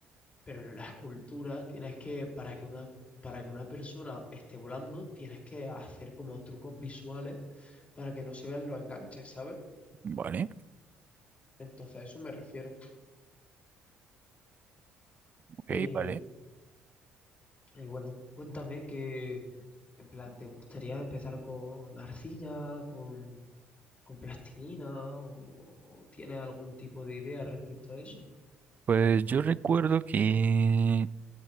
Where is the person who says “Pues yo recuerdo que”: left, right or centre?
Right